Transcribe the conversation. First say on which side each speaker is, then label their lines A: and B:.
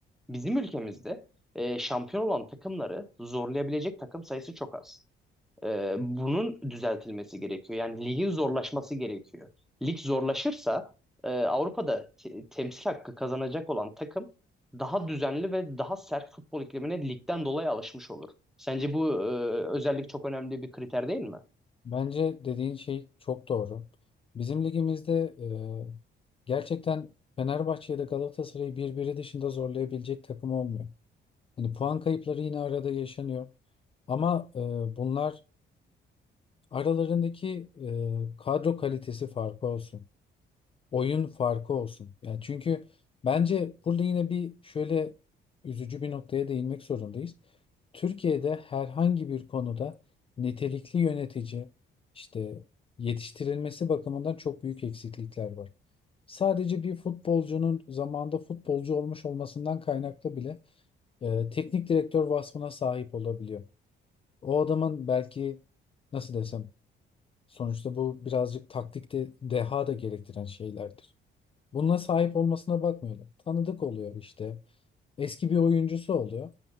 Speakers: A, in the centre; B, on the left.
A: Bizim ülkemizde e, şampiyon olan takımları zorlayabilecek takım sayısı çok az. E, bunun düzeltilmesi gerekiyor. Yani ligin zorlaşması gerekiyor. Lig zorlaşırsa e, Avrupa'da te- temsil hakkı kazanacak olan takım daha düzenli ve daha sert futbol iklimine ligden dolayı alışmış olur. Sence bu e, özellik çok önemli bir kriter değil mi?
B: Bence dediğin şey çok doğru. Bizim ligimizde e, gerçekten Fenerbahçe ya da Galatasaray'ı birbiri dışında zorlayabilecek takım olmuyor. Hani puan kayıpları yine arada yaşanıyor. Ama e, bunlar aralarındaki e, kadro kalitesi farkı olsun. oyun farkı olsun. Yani çünkü bence burada yine bir şöyle üzücü bir noktaya değinmek zorundayız. Türkiye'de herhangi bir konuda nitelikli yönetici işte yetiştirilmesi bakımından çok büyük eksiklikler var. Sadece bir futbolcunun zamanında futbolcu olmuş olmasından kaynaklı bile e, teknik direktör vasfına sahip olabiliyor. O adamın belki nasıl desem sonuçta bu birazcık taktikte deha da gerektiren şeylerdir. Bununla sahip olmasına bakmıyorlar. Tanıdık oluyor işte. Eski bir oyuncusu oluyor.